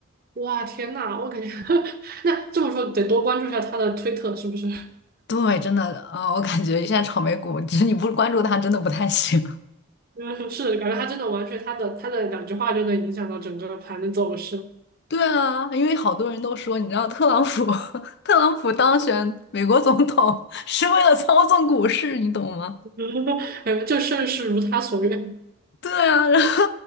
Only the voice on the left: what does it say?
对，真的啊、呃我感觉现在炒美股，只是你不关注他真的不太行。<laughs>
对啊，因为好多人都说，你知道特朗普 <laughs> 特朗普当选美国总统 <laughs> 是为了操纵股市，你懂吗？
对啊，然后